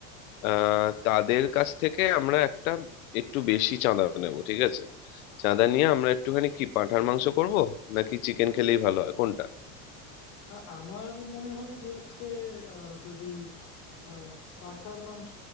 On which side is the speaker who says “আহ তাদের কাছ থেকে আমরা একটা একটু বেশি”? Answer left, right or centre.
Left